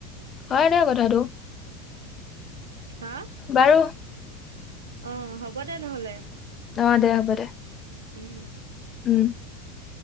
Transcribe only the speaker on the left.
হয়নে কথাটো
বাৰু
অ', দে হ'ব, দে।
উম। <inaudible>